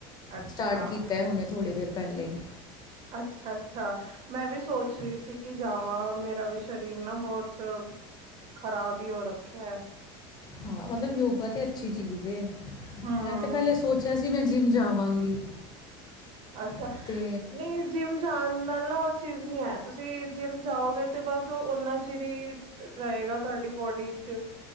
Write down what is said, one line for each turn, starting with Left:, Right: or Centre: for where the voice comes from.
Right: ਅੱਛਾ,
Left: ਸਟਾਰਟ ਕੀਤਾ ਹੁਣੇ ਥੋੜ੍ਹੀ ਦੇਰ ਪਹਿਲਾਂ ਹੀ
Right: ਅੱਛਾ- ਅੱਛਾ ਮੈਂ ਵੀ ਸੋਚ ਰਹੀ ਸੀ ਕਿ ਜਾਵਾਂ ਮੇਰਾ ਵੀ ਸਰੀਰ ਨਾ ਬਹੁਤ ਖ਼ਰਾਬ ਈ ਹੋ ਰੱਖਿਆ ਏ।
Left: ਹਾਂ ਮਤਲਬ ਯੋਗਾ ਤੇ ਅੱਛੀ ਚੀਜ਼ ਏ
Right: ਹੂੰ,
Left: ਮੈਂ ਤੇ ਪਹਿਲੇ ਸੋਚ ਕਿਆ ਸੀ ਮੈਂ ਜਿੰਮ ਜਾਵਾਂਗੀ।
Right: ਅੱਛਾ
Left: ਅਤੇ
Right: ਨਹੀਂ। ਜਿੰਮ ਜਾਣ ਨਾਲ ਨਾ ਉਹ ਚੀਜ਼ ਨੀ ਹੈ ਤੁਸੀਂ ਜਿੰਮ ਜਾਓਗੇ ਤੇ ਬਸ ਓਨਾਂ ਚਿਰ ਈ ਰਹੇਗਾ ਤੁਹਾਡੀ ਬੋਡੀ 'ਚ